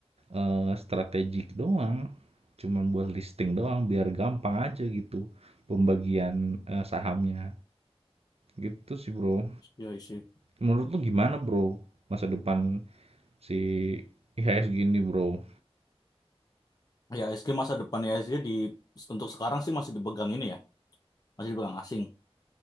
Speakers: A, on the right; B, on the left.
A: eh, strategik doang. Cuman buat listing doang biar gampang aja gitu pembagian eh, sahamnya. Gitu sih, Bro.
B: ya sih.
A: Menurut lu gimana, Bro? Masa depan si IHSG ini, Bro?
B: Ya SG masa depan ya SG di untuk sekarang sih masih dipegang ini ya, masih dipegang asing.